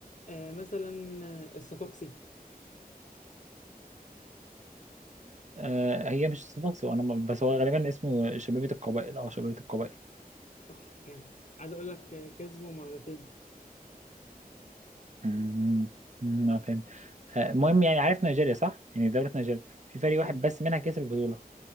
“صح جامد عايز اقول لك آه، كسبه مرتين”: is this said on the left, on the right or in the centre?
Left